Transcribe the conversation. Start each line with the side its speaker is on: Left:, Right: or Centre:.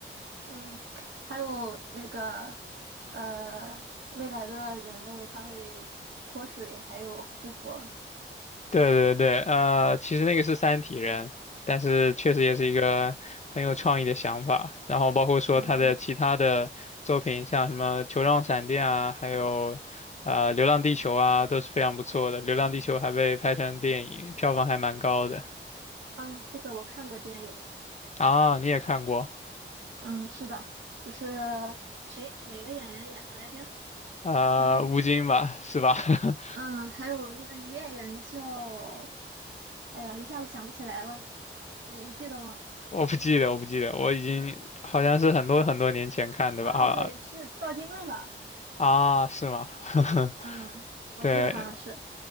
Right: 嗯，还有那个呃，未来的人类他会脱水，还有复活。
Left: 对对对，呃，其实那个是三体人，但是确实也是一个很有创意的想法。然后包括说他的其他的作品，
Right: 嗯
Left: 像什么《球状闪电》啊，还有呃《流浪地球》啊，都是非常不错的。《流浪地球》还被拍成电影，票房还蛮高的
Right: 嗯，这个我看过电影。
Left: 啊。你也看过？
Right: 嗯，是的，不是谁哪个演员演的来着？
Left: 啊？
Right: 嗯
Left: 吴京吧，是吧？<laughs>
Right: 嗯，还有那个女演员叫，哎呀，一下子想不起来了。你你记得吗？
Left: 我不记得，我不记得，我已经好像是很多很多年前看的吧？
Right: 啊，
Left: 啊
Right: 对，是赵今麦吧？
Left: 啊，是吗？<laughs>
Right: 嗯，我记得好像是。
Left: 对，